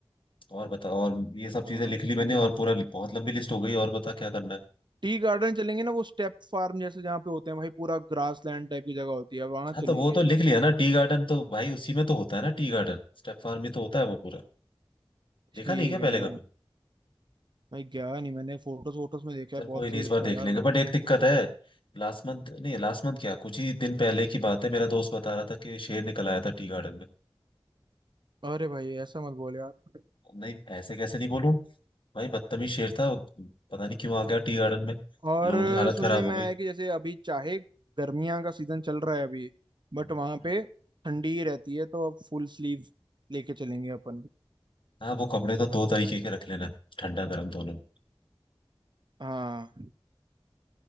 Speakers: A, on the left; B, on the right.
A: और बता और ये सब
B: हाँ,
A: चीजें लिख ली मैंने और पूरा बहुत लंबी लिस्ट हो गई और बता क्या करना है
B: टी गार्डन चलेंगे ना वो स्टेप फार्म जैसे जहाँ पे होते हैं भाई पूरा ग्रास लैंड टाइप की जगह होती है वहां
A: हाँ
B: चलेंगे
A: तो वो तो लिख लिया ना टी गार्डन तो भाई उसी में तो होता है ना टी गार्डन स्टेप फार्म में तो होता है वो पूरा देखा
B: ठीक
A: नहीं क्या पहले
B: है
A: कभी
B: भाई गया नहीं मैंने फोटोज वोटोज में देखा
A: चल
B: है
A: कोई
B: बहुत
A: नहीं
B: सही
A: इस
B: लगता
A: बार देख
B: है यार
A: लेंगे
B: वो
A: बट एक दिक्कत है लास्ट मंथ नहीं लास्ट मंथ क्या कुछ ही दिन पहले की बात है मेरा दोस्त बता रहा था कि शेर निकल आया था टी गार्डन में
B: अरे भाई ऐसा मत बोल यार
A: नहीं ऐसे कैसे नहीं बोलूं भाई बदतमीज शेर था पता नहीं क्यों आ गया टी गार्डन में
B: और
A: लोगों की हालत
B: सुनने
A: खराब
B: में
A: हो गई
B: आया है कि जैसे अभी चाहे गर्मियां का सीजन चल रहा है अभी बट
A: हम्म।
B: वहां पे ठंडी ही रहती है तो अब फुल स्लीव लेके चलेंगे अपन
A: हाँ वो कपड़े तो दो तरीके के रख लेना ठंडा गर्म दोनों
B: हाँ